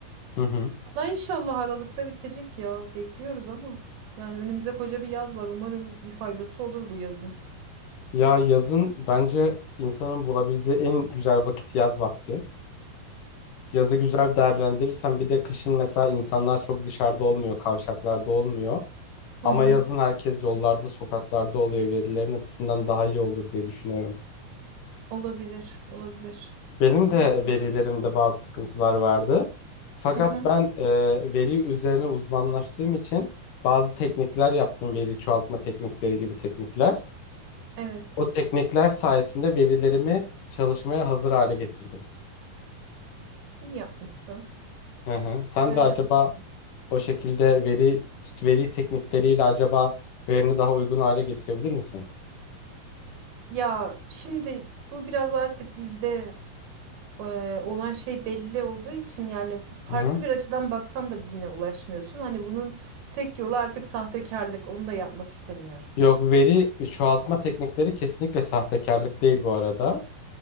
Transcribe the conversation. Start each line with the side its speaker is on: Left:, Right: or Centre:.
Left: Hı hı.
Right: Valla inşallah Aralık'ta bitecek ya. Bekliyoruz ama. Yani önümüzde koca bir yaz var. Umarım bir faydası olur bu yazın.
Left: Ya yazın bence insanın bulabileceği en güzel vakit yaz vakti. Yazı güzel değerlendirirsen bir de kışın mesela insanlar çok dışarıda olmuyor, kavşaklarda olmuyor.
Right: Hı
Left: Ama
Right: hı.
Left: yazın herkes yollarda, sokaklarda oluyor. Verilerin açısından daha iyi olur diye düşünüyorum.
Right: Olabilir, olabilir.
Left: Benim de
Right: Doğru.
Left: verilerimde bazı sıkıntılar vardı. Fakat
Right: Hı hı.
Left: ben e, veri üzerine uzmanlaştığım için bazı teknikler yaptım. Veri çoğaltma teknikleri gibi teknikler.
Right: Evet.
Left: O teknikler sayesinde verilerimi çalışmaya hazır hale getirdim.
Right: İyi yapmışsın.
Left: Hı hı. Sen
Right: Güzel
Left: de acaba
Right: yapmışsın.
Left: o şekilde veri veri teknikleriyle acaba verini daha uygun hale getirebilir misin?
Right: Ya şimdi bu biraz artık bizde e, olan şey belli olduğu için yani farklı
Left: Hı hı.
Right: bir açıdan baksan da birine ulaşmıyorsun. Hani bunun tek yolu artık sahtekarlık. Onu da yapmak istemiyorum.
Left: Yok veri e, çoğaltma teknikleri kesinlikle sahtekarlık değil bu arada.